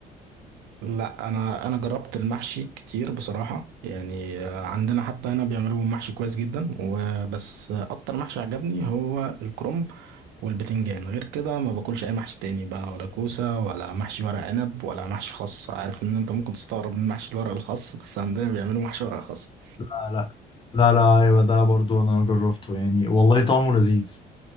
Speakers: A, on the right; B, on the left.
A: لا انا انا جربت المحشي كتير بصراحه يعني عندنا حتى هنا بيعملوا محشي كويس جدا وبس اكتر محشي عجبني هو الكرنب والبتنجان غير كده ما باكلش اي محشي تاني بقى ولا كوسه ولا محشي ورق عنب ولا محشي خاص عارف ان انت ممكن تستغرب من محشي الورق الخاص بس عندنا بيعملوا محشي ورق خاص
B: آه لا لا لا ايوه ده برضو انا جربته يعني والله طعمه لذيذ